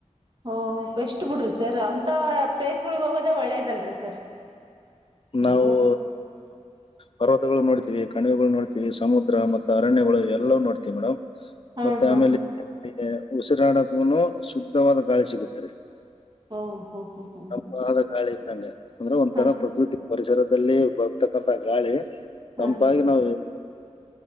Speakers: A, on the right (about 40°); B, on the left (about 50°).
A: ಓ. ಓ. ಬೆಸ್ಟ್ ಬಿಡ್ರರಿ ಸರ್ ಅಂತ ಪ್ಲೇಸ್ಗಳಿಗೆ ಹೋಗೋದೆ ಒಳ್ಳೇದಲ್ರಿ ಸರ್. ನೀವು
B: ನಾವು. <inaudible> ಪರ್ವತಗಳು ನೋಡ್ತಿವಿ ಕಣಿವೆಗಳು ನೋಡ್ತಿವಿ ಸಮುದ್ರ ಮತ್ತ ಅರಣ್ಯಗಳು ಎಲ್ಲ ನೋಡ್ತಿವಿ ಮೇಡಮ್.
A: ಹಾಂ
B: ಮತ್ತೆ
A: ಹಾಂ
B: ಆಮೇಲೆ
A: ಹಾಂ
B: ಉಸಿರಾಡಕನು ಶುದ್ಧವಾದ ಗಾಳಿ ಸಿಗತ್ರಿ.
A: ಓಹ್ ಹೋ ಹೋ ಹೋ
B: ತಂಪಾದ ಗಾಳಿ ಇದ್ದಂಗ ಅಂದ್ರ ಒಂತರ
A: ಹಾಂ
B: ಪ್ರಕೃತಿ. ಪರಿಸರದಲ್ಲಿ ಬರ್ತಕ್ಕಂತ ಗಾಳಿ
A: ಹಾಂ
B: ತಂಪಾಗಿ ನಾವು.
A: <inaudible>